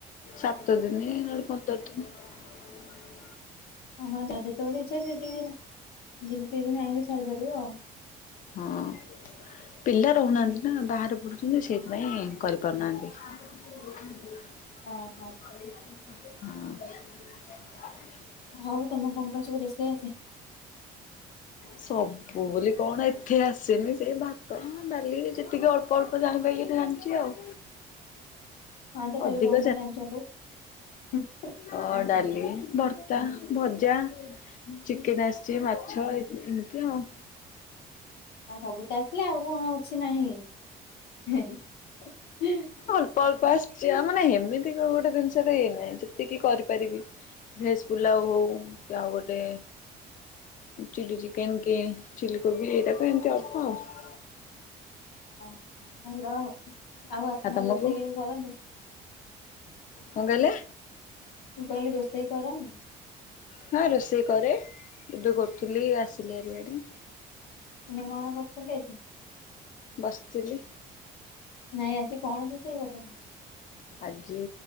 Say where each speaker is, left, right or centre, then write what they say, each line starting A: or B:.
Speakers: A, on the left; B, on the left.
A: ସାତ ଦିନ ନହେଲେ ପନ୍ଦରିଦିନ କରନ୍ତି। ି <unintelligible>
B: ଦିନ ଆଣକି ସ ପାରିବ ଆଉ <unintelligible>
A: ହଁ ପିଲା ରହୁନାହାଁନ୍ତି ନା ବାହାରେ ପଡ଼ୁଛନ୍ତି ସେଇଥିପାଇଁ କରିପାରୁନାହାନ୍ତି। ହ ହ <inaudible>
B: ହଁ ହଁ।
A: ହଁ ଅଁ।
B: ହଉ ତମେ କଣ କଣ ସବୁ ରୋଷେଇ ଆସେ।
A: ସବୁ ବୋଲି କଣ? ଏଥି ଆସେନି ସେଇ ଭାତ ଡାଲି ଯେତିକି ଅଳ୍ପ ଅଳ୍ପ ଜାଣି ପାଇଁ ଏତେ ଜାଣିଛି ଆଉ।
B: ହଁ ତଥାପି
A: ଅଧିକ
B: କଣ କଣ ଜାଣିଛନ୍ତି?
A: ତ ଡାଲି ଭର୍ତ୍ତା ଭଜା ଚିକେନ ଆସିଛି ମାଛ ଇ ଏମତି ଆଉ
B: ଆ ସବୁ ତ ଆସିଲେ ଆଉ କଣ ଅଛି ନାହିଁ? ହିଁ ହିଁ
A: ଅଳ୍ପ ଅଳ୍ପ ଆସିଛି ଆ ମାନେ ଏମିତି ଗୋଟେ ଜିନିଷଟା ହେଇନାହିଁ, ଯେତିକି କରିପାରିବି। ଭେସ ପୁଲାଉ ହଉ କି ଆଉ ଗୋଟେ ଚିଲ୍ଚିଚିକେନ କେ ଚିଲି କୋବିି <unintelligible>
B: ଓ, ଭଲ ଆଉ, ଆପଣ
A: ଆଉ ତମକୁ
B: ରୋଷେଇ <unintelligible> କରନ୍ତି?
A: କଣ କହିଲେ?
B: ମୁଁ କହିଲି ରୋଷେଇ କରନି?
A: ହଁ ରୋଷେଇ କରେ, ଏବେ କରୁଥିଲି ଆସିଲି ଆରିଆଡେ।
B: ଏ କଣ କରୁଛନ୍ତି ଏ ଯେ
A: ବସିଥିଲି।
B: ନାଇଁ ଆଜି କଣ ରୋଷେଇ କରୁଛନ୍ତି?
A: ଆଜି